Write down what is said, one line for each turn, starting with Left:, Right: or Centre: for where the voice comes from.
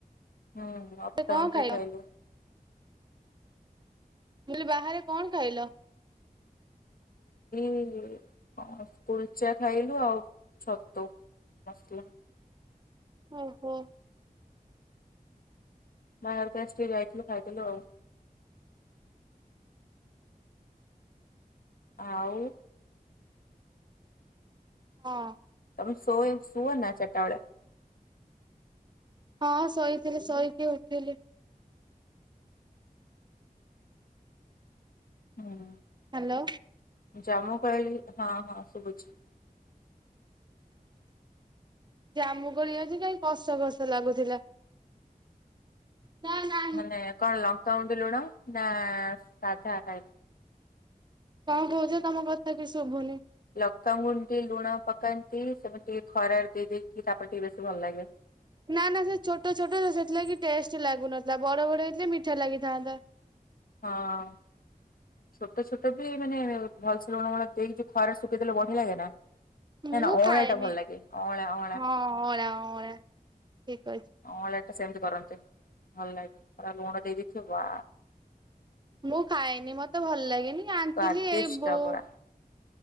Left: ହୁଁ ଲକଡାଉନ
Right: କଣ ଖାଇଲ?
Left: ରେ ଖାଇଲୁ।
Right: ମୁଁ କହିଲି ବାହାରେ କଣ ଖାଇଲ।
Left: <inaudible> ହଁ ତୁଳଚ୍ଛା ଖାଇଲୁ ଆଉ ଛତୁ ମସଲା।
Right: ଓ ହୋ
Left: <inaudible> ଟିକେ ଯାଇଥିଲୁ ଖାଇଥିଲୁ ଆଉ। ଆଉ
Right: ହଁ।
Left: ଆଉ ଶୋଇ ଶୁଅନା ଚାରିଟା ବେଳେ।
Right: ହଁ ଶୋଇଥିଲି ଶୋଇକି ଉଠିଲି।
Left: ହୁଁ।
Right: ହ୍ୟାଲୋ।
Left: ଜାମୁ କୋଳି ହଁ ହଁ ଶୁଭୁଛି।
Right: ଜାମୁ କୋଳି ଆଜି କାଇ କସ କସ ଲାଗୁଥିଲା। ନା ନାହିଁ।
Left: ମାନେ କଣ ଲଙ୍କା ଗୁଣ୍ଡ ଲୁଣ ନା ସାଧା ଖାଇ
Right: କଣ କହୁଛ ତମ କଥା କିଛି ଶୁଭୁନି।
Left: ପକା ହୁଅନ୍ତି ଲୁଣ ପକାନ୍ତି ସେମତି ଟିକେ ଖରାରେ ଦେଇ ଦେଇକି ତାପରେ ଟିକେ ବେସି ଭଲ ଲାଗେ।
Right: ନା ନା ସେ ଛୋଟ ଛୋଟ ସେଥିଲାଗି ଟେଷ୍ଟ ଲାଗୁନଥିଲା ବଡ ବଡ ହୋଇଥିଲେ ମିଠା ଲାଗିଥାନ୍ତା।
Left: ହଁ। ଛୋଟ ଛୋଟ ବି ମାନେ ଭଲ ସେ ଲୁଣ ଫୁଣ ଦେଇକି ଖରାରେ ଶୁଖେଇ ଦେଲେ ବଢିଆ ଲାଗେ ନା। ନା
Right: ମୁଁ
Left: ନା ଅଁଳା
Right: ଖାଏନି
Left: ଟା ଭଲ ଲାଗେ ଅଁଳା ଅଁଳା।
Right: ହଁ ଅଁଳା ଅଁଳା ଠିକ କହିଛ।
Left: ଅଁଳାଟା ସେମିତି କରନ୍ତି ଭଲ ଲାଗେ ପରା ଲୁଣ ଦେଇ ଦେଇଥିବ ବା।
Right: ମୁଁ ଖାଇନି ମତେ ଭଲ ଲାଗେନି ଆାଣିଥିଲି
Left: ସ୍ଵାଦିଷ୍ଟ
Right: ଏ ବୋଉ
Left: ପୁରା।